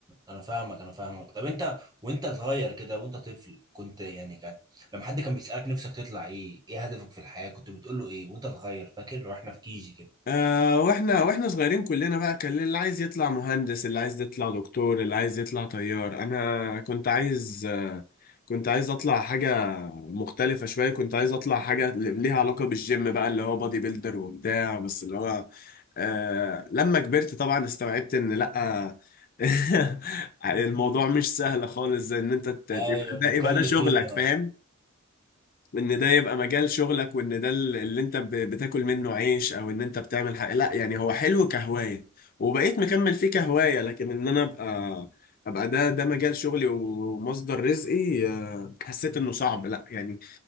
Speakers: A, on the right; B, on the left.
A: انا فاهمك انا فاهمك طب انت وانت صغير كده وانت طفل كنت يعني كان لما حد كان بيسألك نفسك تطلع ايه ايه هدفك في الحياة كنت بتقول له ايه وانت صغير فاكر واحنا في كيجي كده
B: آه واحنا واحنا صغيرين كلنا بقى كان اللي عايز يطلع مهندس اللي عايز يطلع دكتور اللي عايز يطلع طيار انا كنت عايز آه كنت عايز اطلع حاجة مختلفة شوية كنت عايز اطلع حاجة ليها علاقة بالجيم بقى اللي هو بادي بيلدر وبتاع بس اللي هو آه لما كبرت طبعا استوعبت ان لا <laughs> الموضوع مش سهل خالص زي ان انت ت- تبقى
A: ايوه
B: ده يبقى
A: مكلف
B: ده شغلك
A: جدا
B: فاهم
A: أصلا.
B: وان ده يبقى مجال شغلك وان ده ال- اللي انت ب- بتاكل منه عيش او ان انت بتعمل حاجه لا يعني هو حلو كهوايه وبقيت مكمل فيه كهوايه لكن ان انا ابقى ابقى ده ده مجال شغلي ومصدر رزقي آه، حسيت انه صعب لا يعني